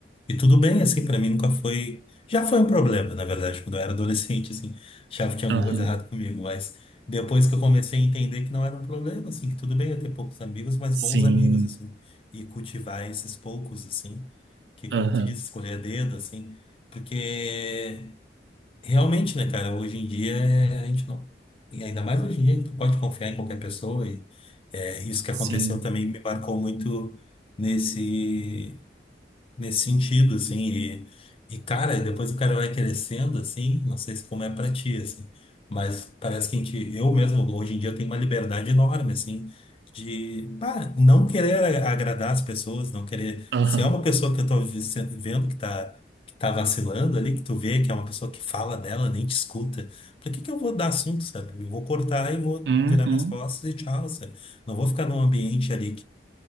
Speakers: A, on the left; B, on the right.
A: e tudo bem, assim, pra mim nunca foi. Já foi um problema, na verdade, quando eu era adolescente, assim, achava que tinha
B: Aham,
A: alguma coisa errada comigo, mas depois que eu comecei a entender que não era um problema, assim, que tudo bem eu ter poucos amigos, mas
B: sim,
A: bons amigos, assim, e cultivar esses poucos, assim, que, como
B: aham,
A: tu disse, escolher a dedo, assim, porque. Realmente, né, cara? Hoje em dia é, a gente não. E ainda mais hoje em dia a gente não pode confiar em qualquer pessoa. E é, isso que
B: sim,
A: aconteceu também me marcou muito nesse nesse sentido, assim, e, e cara, depois o cara vai crescendo, assim, não sei se como é pra ti, assim, mas parece que a gente, eu mesmo, hoje em dia, tenho uma liberdade enorme, assim, de, pá, não querer a- agradar as pessoas, não querer,
B: aham,
A: se é uma pessoa que eu tô vi- se- vendo que tá, que tá vacilando ali, que tu vê que é uma pessoa que fala dela, nem te escuta, pra que que eu vou dar assunto, sabe? Eu vou cortar e vou
B: uhum,
A: virar minhas costas e tchau, sabe? Não vou ficar num ambiente ali